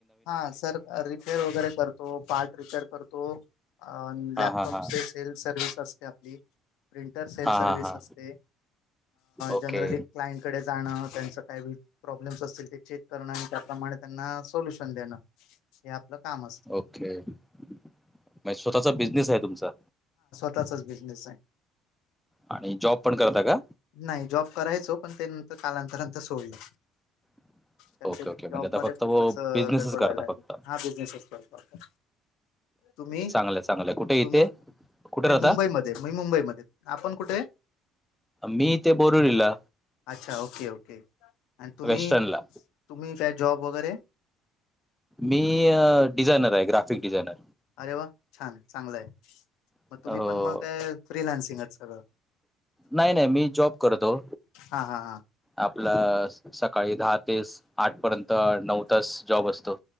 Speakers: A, on the left (about 70°); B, in the centre.
A: हा सर रिपेअर वगैरे करतो, पार्ट रिपेअर करतो. अ
B: हां
A: लॅपटॉपचे
B: हां हां
A: सेल्फ सर्व्हिस असते आपली. प्रिंटर सेल
B: हां
A: सर्विस
B: हां हां
A: असते,
B: ओके
A: जनरली क्लाइंटकडे जाणं त्यां <unintelligible> प्रॉब्लेमस असतील ते चेक करण. त्याप्रमाणे त्यांना सोलूशन देणं, हे आपलं काम असतं
B: ओके म्हणजे स्वतःचा बिझनेस आहे तुमचा.
A: त्याचाच बिझनेस आहे.
B: आणि जॉब पण करता का?
A: नाही जॉब करायचो, पण ते नंतर कालांतरान सोडलं.
B: <inaudible>
A: कारण
B: ओके
A: ते
B: ओके म्हणजे,
A: जॉबमध्ये
B: आता फक्त
A: खूपच
B: व
A: अ,
B: बिजनेसच
A: गडबड
B: करता
A: व्हायला लागली
B: फक्त.
A: हा बिझनेसच करतो आपण तुम्ही
B: चांगलंय चांगलंय, कुठे इथे
A: तुम्ही
B: कुठे
A: नाही
B: राहता
A: मुंबईमध्ये मुंबईमध्ये आपण कुठे?
B: मी इथे बोरिवलीला.
A: अच्छा ओके ओके आणि तुम्ही,
B: वेस्टर्नला
A: तुम्ही काय जॉब वगैरे
B: मी डिझायनर आहे, ग्राफिक डिझायनर.
A: अरे वा, छान चांगलं आहे. मग
B: डिझायनर
A: तुम्ही पण मग काय फ्रीलान्सिंग सगळं,
B: नाही नाही मी जॉब करतो.
A: हा हा हा.
B: आपलं सकाळी दहा तेस आठ पर्यंत नऊ तास जॉब असतो.